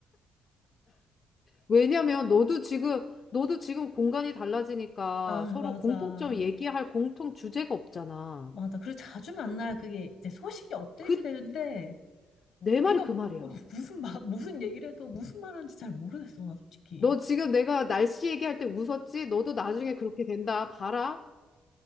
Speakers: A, on the left (about 45°); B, on the left (about 70°).
A: 왜냐면 너도 지금 너도 지금 공간이 달라지니까
B: 아,
A: 서로
B: 맞아.
A: 공통점 얘기할 공통 주제가 없잖아.
B: 맞아. 그리고 자주 만나야 그게 이제 소식이 업데이트
A: 그
B: 되는데,
A: 내 말이
B: 걔가
A: 그
B: 어,
A: 말이야.
B: 무슨 말, 무슨 얘기를 해도 무슨 말하는지 잘 모르겠어, 나 솔직히.
A: 너 지금 내가 날씨 얘기할 때 웃었지? 너도 나중에 그렇게 된다. 봐라.